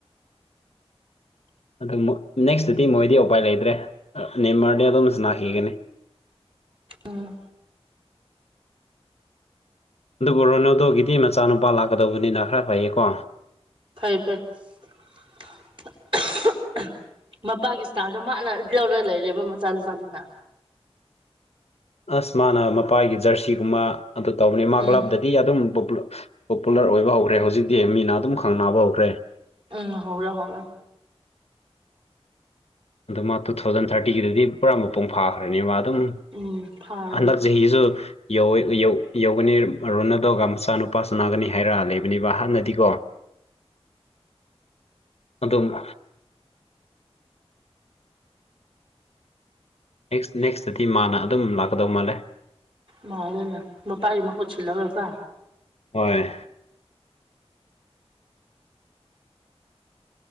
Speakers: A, on the left; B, on the right.
A: ꯑꯗꯨ ꯅꯦꯛꯁꯇꯗꯤ ꯃꯣꯏꯗꯤ ꯎꯄꯥꯏ ꯂꯩꯇ꯭ꯔꯦ ꯅꯦꯝꯃꯔꯅꯦ ꯑꯗꯣꯝ ꯁꯥꯅꯥꯈꯤꯒꯅꯤ
B: ꯎꯝ
A: ꯑꯗꯨꯕꯨ ꯔꯣꯅꯣꯗꯣꯒꯤꯗꯤ ꯃꯆꯥꯅꯨꯄꯥ ꯂꯥꯛꯀꯗꯧꯕꯅꯤꯅ ꯈꯔ ꯐꯩꯌꯦꯀꯣ
B: ꯐꯩ ꯐꯩ <unintelligible> <unintelligible> ꯃꯄꯥꯒꯤ ꯏꯁꯇꯥꯏꯜꯗꯣ ꯃꯥꯅ ꯂꯧꯔꯒ ꯂꯩꯔꯦꯕ ꯃꯆꯥꯅꯨꯄꯥꯗꯨꯅ
A: ꯑꯁ ꯃꯥꯅ ꯃꯄꯥꯒꯤ ꯖꯔꯁꯤꯒꯨꯝꯕ ꯑꯗꯨ ꯇꯧꯕꯅꯦ ꯃꯥ
B: ꯎꯝ
A: ꯀ꯭ꯂꯕꯇ ꯗꯤ ꯑꯗꯨꯝ ꯄꯣꯄꯨꯂꯔ ꯑꯣꯏꯕ ꯍꯧꯈ꯭ꯔꯦ ꯍꯧꯖꯤꯛꯇꯤ ꯃꯤꯅ ꯑꯗꯨꯝ ꯈꯪꯅꯕ ꯍꯧꯈ꯭ꯔꯦ
B: ꯎꯝ ꯍꯧꯔꯦ ꯍꯧꯔꯦ
A: ꯑꯗꯨ ꯃꯥ ꯇꯨ ꯊꯥꯎꯖꯟ ꯊꯥꯔꯇꯤꯒꯤꯗꯗꯤ ꯄꯨꯔꯥ ꯃꯄꯨꯡ ꯐꯥꯈ꯭ꯔꯅꯦ ꯃꯥ ꯑꯗꯨꯝ
B: ꯎꯝ ꯐꯅ
A: ꯍꯟꯗꯛ ꯆꯍꯤꯁꯨ ꯌꯧ ꯌꯧꯒꯅꯤ ꯔꯣꯅꯥꯜꯗꯣꯒ ꯃꯆꯥ ꯅꯨꯨꯄꯥ ꯁꯥꯅꯥꯒꯅꯤ ꯍꯥꯏꯔ ꯂꯩꯕꯅꯦꯕ ꯍꯥꯟꯅꯗꯤꯀꯣ <inaudible> ꯑꯗꯨꯝ ꯅꯦꯛꯁ ꯅꯦꯛꯁꯇꯗꯤ ꯃꯥꯅ ꯑꯗꯨꯝ ꯂꯥꯛꯀꯗꯧ ꯃꯥꯜꯂꯦ
B: ꯃꯥꯟꯂꯦ ꯅ ꯃꯄꯥꯒꯤ ꯃꯍꯨꯠ ꯁꯤꯜꯂꯒꯀꯣ
A: ꯍꯣꯏ